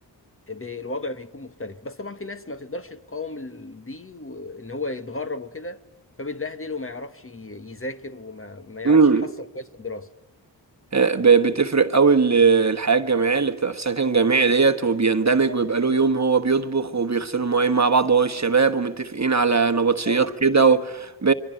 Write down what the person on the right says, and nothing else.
امم
ب- بتفرق قوي ال- الحياة الجامعية اللي بتبقى في سكن جامعي ديت وبيندمج ويبقى له يوم هو بيطبخ وبيغسلوا المواعين مع بعض هو الشباب ومتفقين على نبطشيات
كده و... ب...